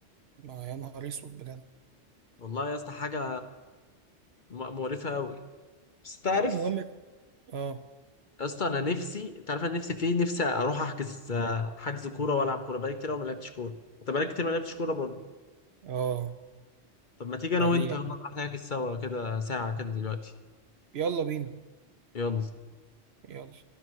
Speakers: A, on the right; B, on the left.
A: ما يا نهار اسود بجد
B: والله يا اسطى حاجه م- مقرفه قوي بس تعرف
A: اه المهم اه
B: يا اسطى انا نفسي انت عارف انا نفسي في إيه؟ نفسي اروح احجز آه، حجز كوره والعب كوره بقالي كتير أوي ما لعبتش كوره انت بقالك كتير ما لعبتش كوره برضه
A: اه
B: طب ما تيجي
A: بقى
B: انا وانت
A: ليه يعني.
B: يلا نروح نحجز سوا كده ساعه كده دلوقتي
A: يلا بينا
B: يلا
A: يلا